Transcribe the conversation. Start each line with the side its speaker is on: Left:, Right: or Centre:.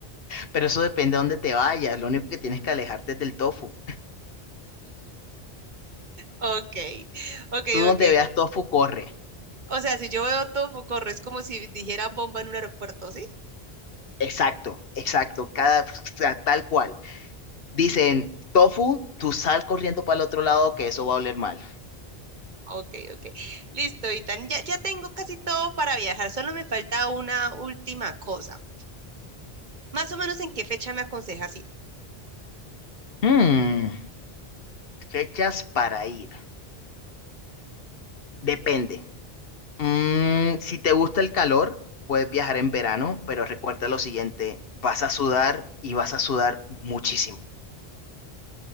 Left: Pero eso depende de dónde te vayas, lo único que tienes que alejarte es del tofu.
Right: Ok, <laughs> ok,
Left: Tú donde
Right: ok.
Left: veas tofu, corre.
Right: O sea, si yo veo todo, corre, es como si dijeran bomba en un aeropuerto, ¿sí?
Left: Exacto, exacto, cada, o sea, tal cual. Dicen, tofu, tú sal corriendo para el otro lado que eso va a oler mal.
Right: Ok, ok. Listo, Itan. Ya, ya tengo casi todo para viajar, solo me falta una última cosa. Más o menos en qué fecha me aconsejas ir.
Left: Hmm, fechas para ir. Depende. Mm, si te gusta el calor, puedes viajar en verano, pero recuerda lo siguiente, vas a sudar y vas a sudar muchísimo.